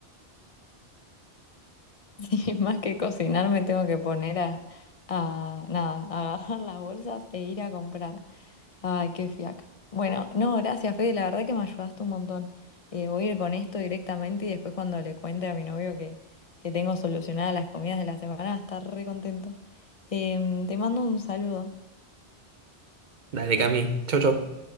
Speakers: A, on the left; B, on the right.
A: Sí, <laughs> más que cocinar me tengo que poner a, a nada, a agarrar las bolsas e ir a comprar. Ay, qué fiaca. Bueno, no, gracias, Fede, la verdad que me ayudaste un montón. Eh, voy a ir con esto directamente y después cuando le cuente a mi novio que, que tengo solucionadas las comidas de la semana, va a estar re contento. Em, te mando un saludo.
B: Dale, Cami. Chau, chau.